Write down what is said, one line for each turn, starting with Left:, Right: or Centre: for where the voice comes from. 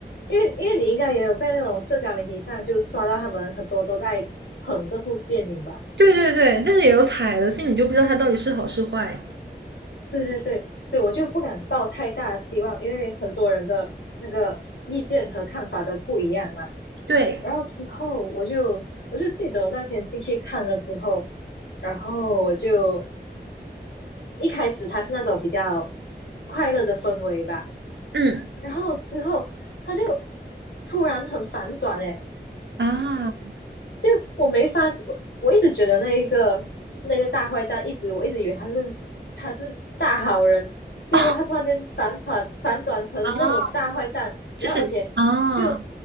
Left: 因为因为你应该也有在那种社交媒体上就刷到他们很多都在捧这部电影吧？
Right: 对对对，但是也有踩的，所以你就不知道它到底是好是坏。
Left: 对对对对，我就不敢抱太大的希望，因为很多人的那个意见和看法都不一样嘛。
Right: 对，
Left: 然后之后我就我就记得我那天进去看了之后，然后我就一开始它是那种比较快乐的氛围吧，
Right: 嗯，
Left: 然后之后它就突然很反转诶，
Right: 啊，
Left: 就我没法，我我一直觉得那一个那个大坏蛋，一直我一直以为他是他是大好人，结果他突然间反转反转成那种大坏蛋，
Right: <laughs> 啊，就是啊，
Left: 然后而且就